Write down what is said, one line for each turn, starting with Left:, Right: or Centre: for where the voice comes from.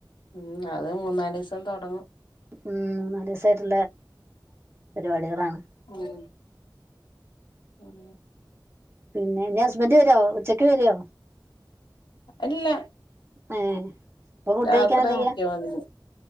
Left: ഉം അത് മൂന്നാലിസം തൊടങ്ങും
Right: ഉം മൂന്നാലിസായിട്ടുള്ള പരിപാടികളാണ്.
Left: ഉം ഉം
Right: പിന്നെ നിന്റെ ഹസ്ബൻഡ് വരോ ഉച്ചക്ക് വരോ
Left: ഇല്ല
Right: <unintelligible> ഫുഡ്
Left: രാത്രി
Right: കഴിക്കാൻ എന്താ
Left: നോക്കിയാ
Right: ചെയ്യാ
Left: മതി ഇനി